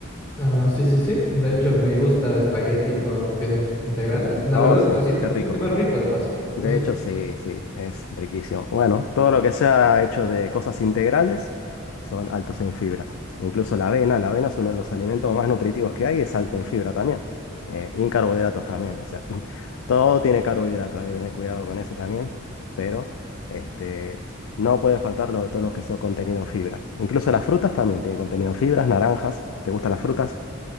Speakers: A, on the left (about 25°); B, on the left (about 85°).
A: Ah, sí, sí, sí. De hecho, me gusta espagueti con fideos integrales. La
B: Oh,
A: verdad,
B: sí,
A: se siente,
B: qué
A: se
B: rico.
A: siente más rico de paso. Sí,
B: De
A: sí.
B: hecho, sí, sí, es riquísimo. Bueno, todo lo que sea hecho de cosas integrales son altos en fibra. Incluso la avena, la avena es uno de los alimentos más nutritivos que hay, es alto en fibra también. Eh, y en carbohidratos también, o sea, <laughs> todo tiene carbohidratos, hay que tener cuidado con eso también. Pero este, no puede faltar lo, todo lo que son contenido en fibra. Incluso las frutas también tienen contenido en fibras, naranjas. ¿Te gustan las frutas?